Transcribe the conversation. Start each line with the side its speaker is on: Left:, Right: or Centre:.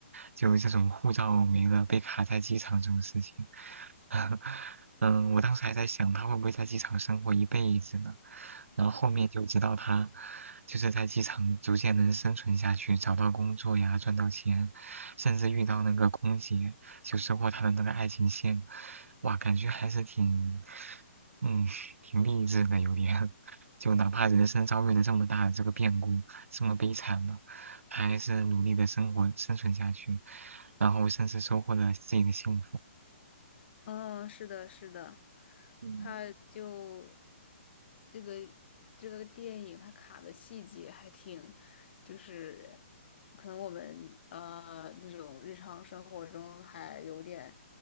Right: 就这种护照没了被卡在机场这种事情，<laughs> 嗯，我当时还在想他会不会在机场生活一辈子呢，然后后面就知道他就是在机场逐渐能生存下去，找到工作呀，赚到钱，甚至遇到那个空姐，就收获他的那个爱情线，哇，感觉还是挺，嗯，<laughs> 挺励志的，有点。就哪怕人生遭遇了这么大的这个变故，这么悲惨了，他还是努力的生活生存下去，然后甚至收获了自己的幸福。
Left: 嗯，是的，是的，
Right: 嗯
Left: 他就这个这个电影，它卡的细节还挺，就是可能我们呃那种日常生活中还有点，